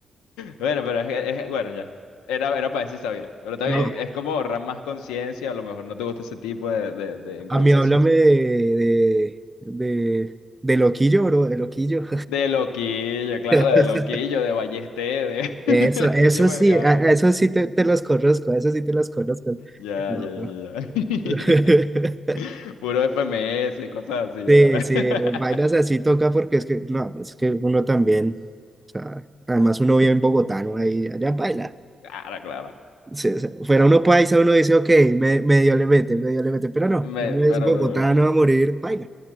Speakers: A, on the left (about 80°); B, on the right (about 20°).
A: bueno, pero es, que- es que- bueno, ya, era, era para decir sabía, pero está
B: No,
A: bien, es como rap más conciencia, a lo mejor no te gusta ese tipo de, de de improvisación.
B: a mí háblame de, de, de, de loquillo, bro, de loquillo.
A: De loquillo, claro,
B: <laughs>
A: de loquillo, de ballesté, de
B: Eso,
A: <laughs>
B: eso
A: ese tipo
B: sí,
A: de cara.
B: a- a eso sí te, te los conozco, eso sí te los conozco.
A: Ya,
B: No,
A: ya, ya,
B: no.
A: ya.
B: <laughs>
A: <laughs> ya. Puro FMS y cosas así, dale.
B: Sí, sí,
A: <laughs>
B: vainas así toca porque es que, no, es que uno también, o sea, además uno vive en bogotano, ahí, allá baila.
A: Claro, claro.
B: sí, o fuera uno paisa, uno dice, ok, me- medio le mete, medio le mete, pero no,
A: Me-
B: uno es
A: pero
B: bogotano
A: no,
B: a morir, paila.